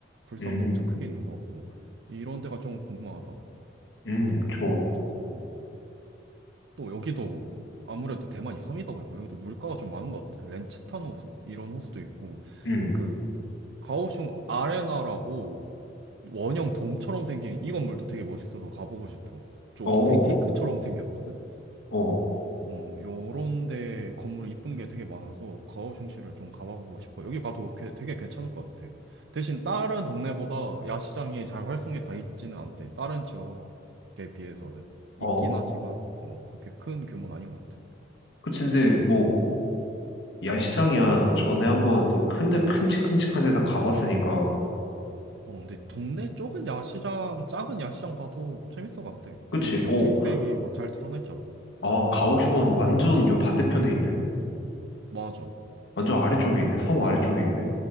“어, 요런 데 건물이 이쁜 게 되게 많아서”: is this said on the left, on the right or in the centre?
Right